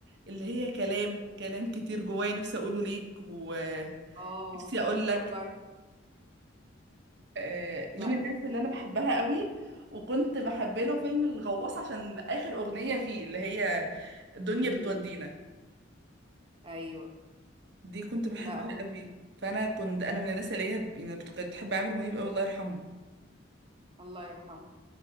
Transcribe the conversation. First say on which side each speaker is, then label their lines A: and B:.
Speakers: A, on the right; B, on the right.
A: اللي هي كلام كلام كتير جوايا نفسي أقوله ليك ونفسي
B: اه
A: أقول لك
B: افتكرت
A: آه، من
B: لا
A: الناس اللي أنا
B: مم.
A: بحبها قوي وكنت بحب له فيلم الغواص عشان آخر أغنية فيه اللي هي الدنيا
B: مم.
A: بتودينا
B: ايوه
A: دي كنت بحبها
B: لا هو
A: قوي فأنا كنت أنا من الناس اللي هي ب- يعني بت- كنت بتحب عامر منيب قوي الله يرحمه
B: الله يرحمه